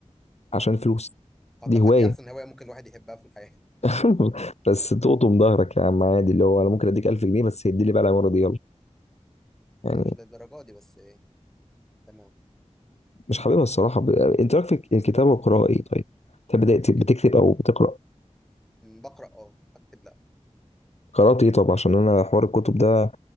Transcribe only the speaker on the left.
عشان فلوس
دي هوايه
<laughs>
بس تقطم ظهرك يا عم عادي اللي هو انا ممكن اديك 1000 جنيه بس هدي لي بقى العماره دي يلا يعني
مش حاببها الصراحة ب... انت رايك في الك- الكتابة والقراءة ايه طيب؟ انت بدأت
بتكتب او بتقرأ
قرأت ايه طب عشان انا حوار الكتب ده